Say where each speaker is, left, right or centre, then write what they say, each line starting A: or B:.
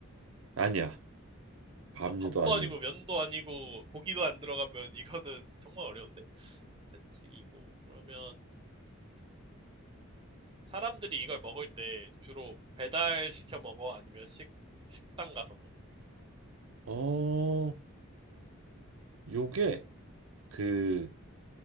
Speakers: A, on the right (about 70°); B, on the right (about 25°).
A: 아니야. 밥류도
B: 아, 밥도
A: 아니야.
B: 아니고 면도 아니고 고기도 안 들어가면 이거는 정말 어려운데? 한식이고. 그러면 사람들이 이걸 먹을 때 주로 배달 시켜 먹어? 아니면 식, 식당 가서 먹어?
A: 어, 요게 그